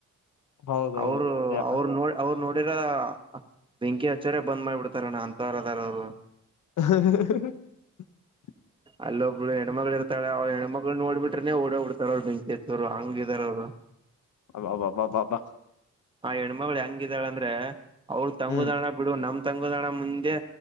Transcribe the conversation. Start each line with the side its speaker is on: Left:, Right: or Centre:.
Left: ಹೌದೌದು
Right: ಅವರು
Left: ಯಾಕ
Right: ಅವರು ನೋಡ್ ಅವರು ನೋಡಿ ರ ಬೆಂಕಿ ಹಚ್ಚರ ಬಂದ್ ಮಾಡ್ಬಿಡ್ತಾರಣ್ಣ ಅಂತರದಾರರು
Left: <inaudible>
Right: ಅಲ್ಲೊಬ್ಬರು ಹೆಣ್ಮಗಳಳ ಇರ್ತಾಳೆ ಅವ ಹೆಣ್ಮಳನ್ನ ನೋಡ್ಬ ಬಿಟ್ರೆನೆ ಓಡೋ ಬಿಡ್ತಾರ ಅವರು ಬೆಂಕೇಶರು ಹಂಗ ಇದಾರರು
Left: ಅಬ್ಬಬ್ಬಬ್ಬಬ್ಬ
Right: ಹ ಹೆಣ್ಮಗಳು ಹ ಆದ್ರೆ ಅವ್ರ ತಂಗುದಣ
Left: ಹ್ಮ್
Right: ಬಿಡು ನಮ್ ತಂಗುದಣ ಮುಂದೆ